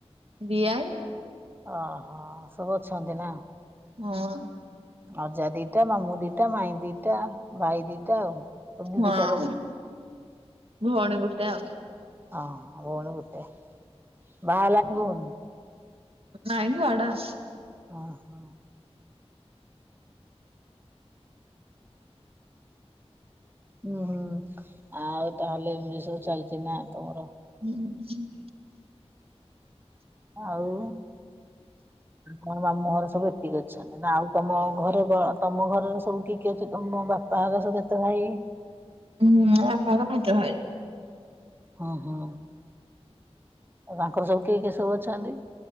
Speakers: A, on the right; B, on the right.
A: ଦିଆଈ।
B: ଓହୋ ସବୁ ଅଛନ୍ତି ନା?
A: ହଁ।
B: ଅଜା ଦିଟା ମାମୁ ଦିଟା ମାଇ ଦିଟା ଭାଇ ଦିଟା ଆଉ। ସବୁ ଦି
A: ହଁ
B: ଦିଟା ତମ
A: ଭଉଣୀ ଗୋଟେ ଆଉ।
B: ହଁ ହଁ ଭଉଣୀ ଗୋଟେ, ବାହାହେଲାଣି ଭଉଣୀ?
A: ନାଇ ଛୁଆ ଟା।
B: ଓ ହୋ। ହୁଁ ହୁଁ ଆଉ ତାହେଲେ ଏମିତି ସବୁ ଚାଲିଚି ନା ତମର?
A: ହୁଁ ହୁଁ।
B: ଆଉ? ତମ ମାମୁଁ ଘର ସବୁ ଏତିକି ଅଛନ୍ତି ନା ଆଉ ତମ ଘରେ ତମ ଘରେ ସବୁ କିଏ କିଏ ଅଛନ୍ତି? ମୋ ବାପାଙ୍କ ହେରିକା କେତେ ଭାଇ?
A: ହୁଁ ବାପାଙ୍କ ପାଞ୍ଚ ଭାଇ।
B: ହଁ ହଁ। ଆଉ ତାଙ୍କର ସବୁ କିଏ କିଏ ସବୁ ଅଛନ୍ତି?